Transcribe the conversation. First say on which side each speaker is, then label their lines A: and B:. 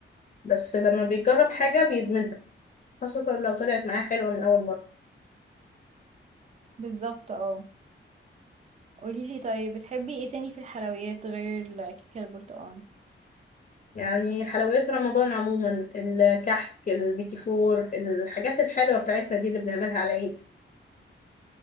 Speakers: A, on the left; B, on the right.
A: بس لما بيجرب حاجة بيدمنها خاصة لو طلعت معاه حلوة من أول مرة
B: بالظبط اه قوليلي طيب بتحبي ايه تاني في الحلويات غير الكيكة البرتقال
A: يعني حلويات رمضان عموما الكحك البيتي فور الحاجات الحلوة بتاعتنا دي اللي بنعملها على العيد